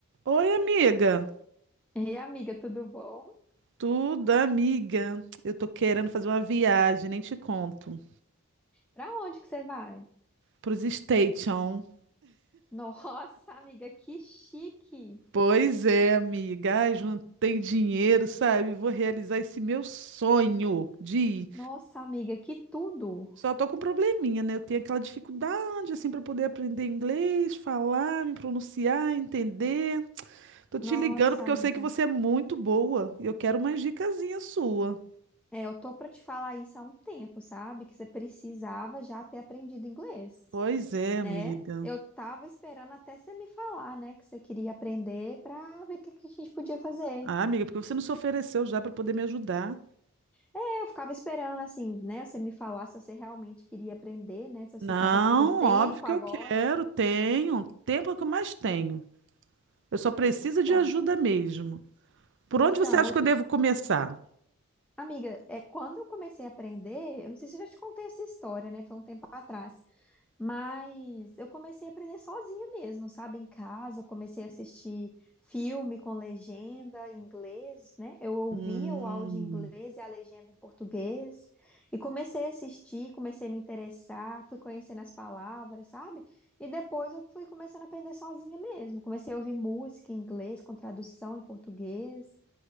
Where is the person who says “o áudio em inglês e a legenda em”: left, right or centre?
Centre